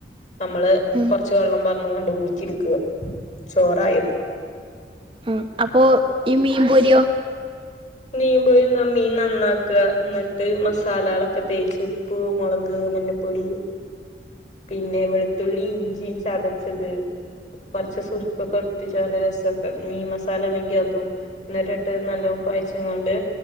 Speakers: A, on the left; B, on the right.
A: നമ്മള്
B: ഉം
A: കുറച്ച് കുച്ച് വെള്ളം പറന്ങണ്ട് ഊറ്റി എടുക്കുക. ചോറായിഅപ്പോ
B: ആഹ അപ്പൊ ഈ മീൻപൊരിയോ
A: മീൻ പോയി മീൻ നന്നാക്ക എന്നിട്ട് മസാലകളൊക്കെ തേച്ചു ഉപ്പൂ, മുളക്, മഞ്ഞപ്പൊടി, പിന്നെ വെളുത്തുള്ളി, ഇഞ്ചിയും, ചതച്ചത്. കുറച്ച് സുരുക ക്കൊക്കെ ഉററിചാട് രസക്ക മീൻ മസാല ഉണെങ്കിൽ അതും. എന്നിട്ട് ഇട്ട് നല്ല കൊയച് ങ്ങണ്ട്